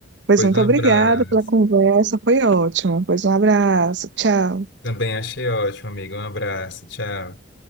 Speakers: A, on the right; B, on the left.
A: Pois
B: Pois
A: muito
B: um
A: obrigada
B: abraço.
A: pela conversa, foi ótimo. Pois um abraço, tchau.
B: Também achei ótimo, amigo. Um abraço, tchau.